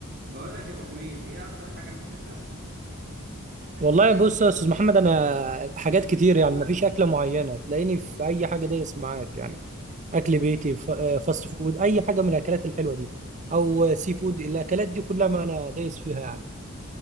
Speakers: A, on the right (about 50°); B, on the right (about 35°).
A: بقول لك يا ابو حميد ايه اكتر حاجة بتحبها
B: والله بص يا استاذ محمد انا حاجات كتير يعني مفيش اكله معينه تلاقيني في اي حاجه دايس معاك يعني اكل بيتي ف- آه، فاست فود اي حاجه من الاكلات الحلوه دي او سي فود الاكلات دي كلها ما انا دايس فيها يعني